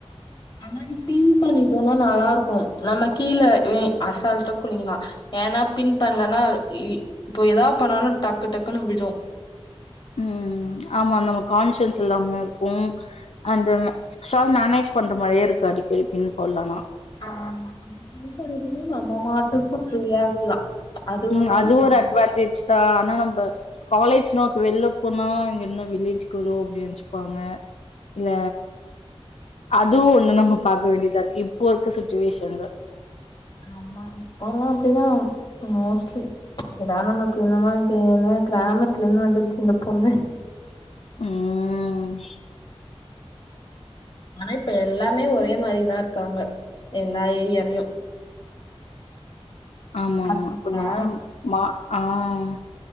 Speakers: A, on the left; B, on the left.
A: ஆனா பின் பண்ணிட்போனா நல்ல இருக்கு நம்ம கீழ ஏ அசால்ட்டா குனியலா ஏனா பின் பண்லனா இ இப்போ எதா பண்ணாலு டக்கு டக்குன்னு விழு
B: உம் ஆமா நம்ம கான்சியன்ஸ் இல்லாம இருக்கு அந்த ஷால் மேனேஜ் பண்ற மாரியே இருக்கு அடிக்கடி பின் போட்லனா
A: ஆஹ் <unintelligible> நம்ம மாட்டுக்கு ஃப்ரீயா இருக்கலா
B: உம்
A: ஒண்ணு
B: அது
A: இருக்கு
B: ஒரு அட்வாடேஜ் தா ஆனா நம்ப காலேஜ் நோக்கு வெள்லப்போனா இவ்ங்க என்ன வில்லேஜ் கேர்ளோ அப்டி நெனச்சுப்பாங்க இல்ல அதுவு ஒன்னு நம்ம பாக்க வேண்டிதா இருக்கு இப்போ இருக்க சுச்சுவேஷன்ல
A: ஆமா இப்போலா அப்டிதா மோஸ்ட்லி இதுதா நமக்கு என்னமா இது என்ன கிராமத்துல இருந்து வந்துருக்கு இந்த பொண்ணு
B: உம்
A: ஆனா இப்ப எல்லாமே ஒரே மாரிதா இருக்காங்க எல்லா ஏரியாலயு
B: ஆமா
A: பாத்தீங்களா
B: ஆமா கொஞ்ச நேரம்மா ஆஹ்